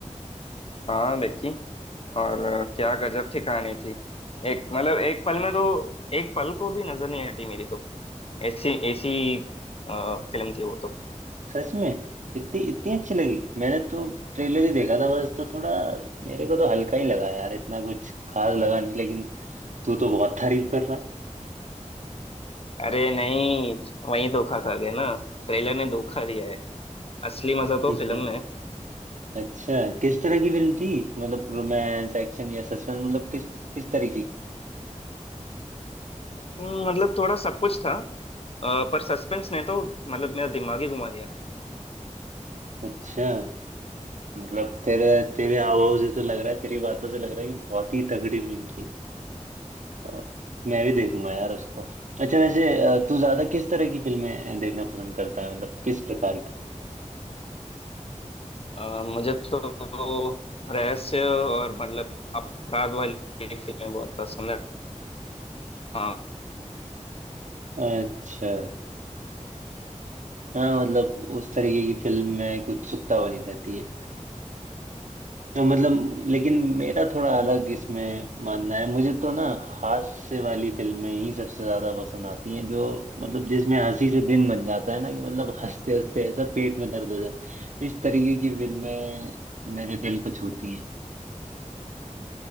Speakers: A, on the left; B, on the right.
A: हाँ देखी और क्या गजब की कहानी थी एक मतलब एक पल में तो एक पल को भी नजर नहीं हटी मेरी तो ऐसी ऐसी अ, फिल्म थी वो तो
B: सच में इतनी इतनी अच्छी लगी मैंने तो ट्रेलर ही देखा था बस तो थोड़ा मेरे को तो हल्का ही लगा यार इतना कुछ खास लगा नहीं लेकिन तू तो बहुत तारीफ कर रहा
A: अरे नहीं वही धोखा खा गया ना ट्रेलर ने धोखा दिया है असली मजा तो
B: है अच्छा
A: फिल्म में है।
B: अच्छा किस तरह की फिल्म थी मतलब रोमांस एक्शन या सस्पेंस मतलब किस किस तरीके की थी
A: हम्म, मतलब थोड़ा सब कुछ था अ, पर सस्पेंस ने तो मतलब मेरा दिमाग ही घुमा दिया
B: अच्छा मतलब तेरे तेरे हाव भाव से तो लग रहा है तेरी बातों से लग रहा है कि बहुत ही तगड़ी फिल्म थी और मैं भी देखूंगा यार उसको अच्छा वैसे अ, तू ज्यादा किस तरह की फिल्में देखना पसंद करता है मतलब किस प्रकार की
A: अ, मुझे तो रहस्य और मतलब अपराध वाली फिल्में बहुत पसंद है हाँ
B: अच्छा हाँ मतलब उस तरीके की फिल्म में एक उत्सुकता बनी रहती है तो मतलब लेकिन मेरा थोड़ा अलग इसमें मानना है मुझे तो ना हास्य वाली फिल्में ही सबसे ज्यादा पसंद आती हैं जो मतलब जिसमें हंसी से दिन बन जाता है ना कि मतलब हंसते हंसते ऐसा पेट में दर्द हो जाए इस तरीके की फिल्में मेरे दिल को छूती हैं